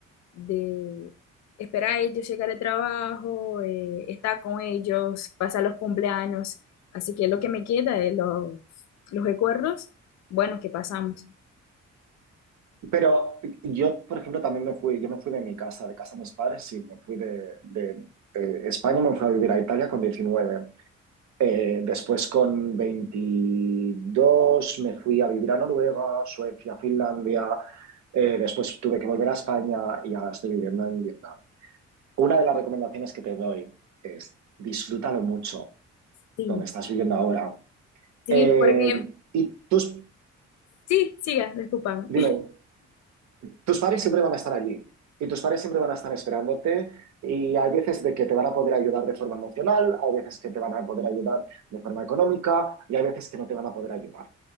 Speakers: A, on the left; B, on the right.
A: de esperar a ellos llegar al trabajo, eh, estar con ellos, pasar los cumpleaños. Así que lo que me queda es lo- los recuerdos buenos que pasamos.
B: Pero yo, por ejemplo, también me fui, yo me fui de mi casa, de casa de mis padres, sí, me fui de, de, eh, España, me fui a vivir a Italia con 19. Eh, después con 22 me fui a vivir a Noruega, Suecia, Finlandia. Eh, después tuve que volver a España y ahora estoy viviendo en Vietnam. Una de las recomendaciones que te doy es disfrútalo mucho
A: Sí,
B: donde estás viviendo ahora.
A: sí,
B: Eh,
A: porque
B: y tus,
A: sí, siga, discúlpame.
B: dime,
A: <laughs>
B: tus padres siempre van a estar allí y tus padres siempre van a estar esperándote y hay veces de que te van a poder ayudar de forma emocional, hay veces que te van a poder ayudar de forma económica y hay veces que no te van a poder ayudar.